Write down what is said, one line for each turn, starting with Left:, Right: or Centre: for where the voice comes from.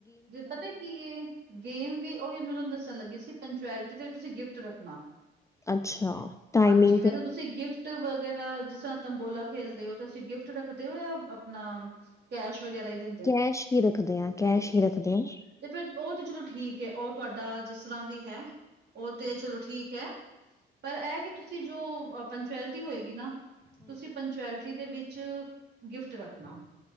Right: ਪਤਾ ਕੀ ਏ? ਗੇਮ ਵੀ ਉਹੀ ਮੈ ਤੁਹਾਨੂੰ ਦੱਸਣ ਲੱਗੀ ਸੀ ਪੰਚੁਐਲਿਟੀ ਤੇ ਤੁਸੀਂ ਗਿਫਟ ਰੱਖਣਾ
Left: ਅੱਛਾ, ਟਾਈਮਿੰਗ
Right: ਹਾਂਜੀ ਵੈਸੇ ਤੁਸੀਂ ਗਿਫਟ ਵਗੈਰਾ ਜਿਸ ਤਰਾਂ ਤੰਬੋਲਾ ਖੇਲਦੇ ਹੋ ਤੁਸੀਂ ਗਿਫਟ ਰੱਖਦੇ ਹੋ ਯਾਂ ਆਪਣਾ ਕੈਸ਼ ਵਗੈਰਾ ਹੀ ਦੇਂ
Left: ਕੈਸ਼ ਹੀ ਰੱਖਦੇ ਹਾਂ, ਕੈਸ਼ ਹੀ ਰੱਖਦੇ ਹਾਂ
Right: ਤੇ ਫਿਰ ਉਹ ਤੇ ਚਲੋ ਠੀਕ ਹੈ, ਉਹ ਤੁਹਾਡਾ ਜਿਸ ਤਰ੍ਹਾਂ ਵੀ ਹੈ ਉਹ ਤੇ ਚਲੋ ਠੀਕ ਹੈ, ਪਰ ਇਹ ਕਿ ਤੁਸੀਂ ਜੋ ਅ ਪੰਚੁਐਲਿਟੀ ਹੋਏਗੀ ਨਾ ਤੁਸੀਂ ਪੰਚੁਐਲਿਟੀ ਦੇ ਵਿੱਚ ਗਿਫਟ ਰੱਖਣਾ